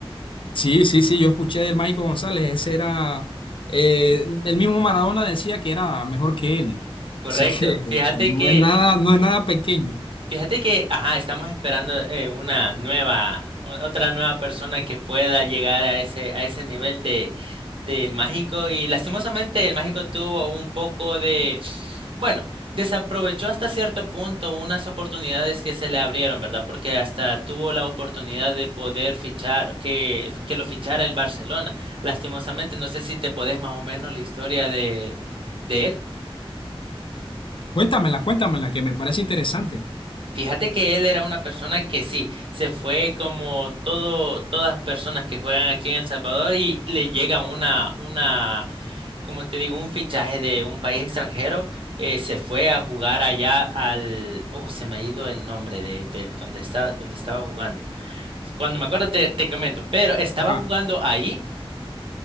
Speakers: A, on the left (about 60°); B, on the right (about 60°).
A: Sí, sí, sí, yo escuché del Mágico González, ese era, eh, el mismo Maradona decía que era mejor que él,
B: Correcto.
A: sé que
B: Fíjate
A: no
B: que
A: es nada, no es nada pequeño.
B: Fíjate que, ajá, estamos esperando eh, una nueva, o- otra nueva persona que pueda llegar a ese, a ese nivel de, del mágico. Y lastimosamente el mágico tuvo un poco de, bueno, desaprovechó hasta cierto punto unas oportunidades que se le abrieron, ¿verdad? Porque hasta tuvo la oportunidad de poder fichar, que, que lo fichara el Barcelona. Lastimosamente, no sé si te podés más o menos la historia de, de él.
A: Cuéntamela, cuéntamela, que me parece interesante.
B: Fíjate que él era una persona que sí, se fue como todo, todas las personas que juegan aquí en El Salvador y le llega una, una, como te digo, un fichaje de un país extranjero, eh, se fue a jugar allá al, oh, se me ha ido el nombre de, del donde está, donde estaba jugando. Cuando me acuerdo te, te comento, pero estaba
A: Ajá.
B: jugando ahí.